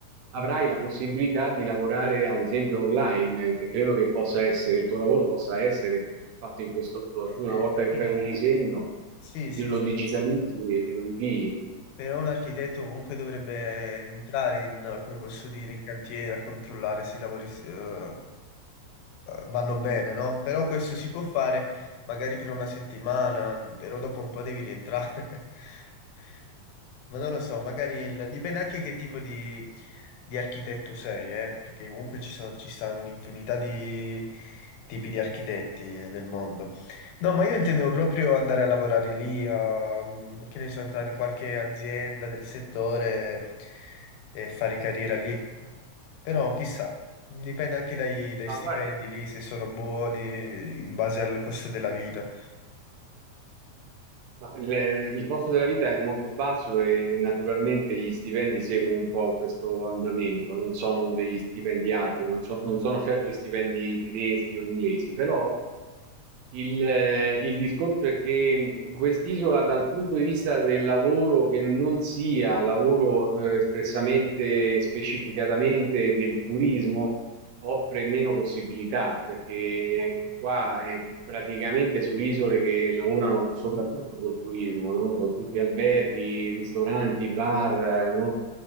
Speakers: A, on the right; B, on the left.
A: avrai la possibilità di lavorare, ad esempio, online, che credo che possa essere, il tuo lavoro possa essere fatto in questo modo.
B: Eh,
A: Tu una
B: eh,
A: volta che
B: sì.
A: fai un disegno,
B: Sì,
A: lo
B: sì, sì,
A: digitalizzi e lo invii.
B: Però un architetto comunque dovrebbe entrare in, come posso dire, in cantiere a controllare se i lavori eh, vanno bene, no? Però questo si può fare magari per una settimana, però dopo un po' devi rientrare. <laughs> Ma non lo so, magari il- dipende anche che tipo di, di architetto sei, eh, perché comunque ci sono, ci sta un'infinità di tipi di architetti nel mondo. No, ma io intendevo proprio andare a lavorare lì, a, mm, che ne so, entrare in qualche azienda del settore e fare carriera lì. ecco. Però chissà, dipende anche dai, dai
A: Ma
B: stipendi
A: guarda,
B: lì, se sono buoni in base al costo della vita.
A: Ma il, il costo della vita è molto basso e, e naturalmente gli stipendi seguono un po' questo andamento, non sono degli stipendi alti, non, so- non sono certo gli stipendi tedeschi o inglesi, però il, eh, il discorso è che quest'isola dal punto di vista del lavoro che non sia lavoro eh, espressamente, specificatamente del turismo, offre meno possibilità perché qua è praticamente su isole che lavorano soprattutto col turismo, no? Sono tutti alberghi, ristoranti, bar, no?